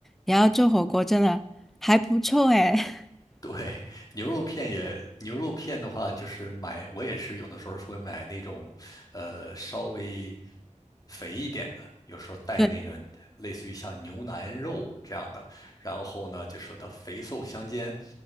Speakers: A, in the centre; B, on the left.
A: 然后做火锅，真的还不错哎。<laughs>
B: 对，牛肉片也，牛肉片的话，就是买，我也是有的时候会买那种，呃，稍微肥一点的，有时候带那个类似于像牛腩肉这样的，
A: 对，
B: 然后呢，就说它肥瘦相间，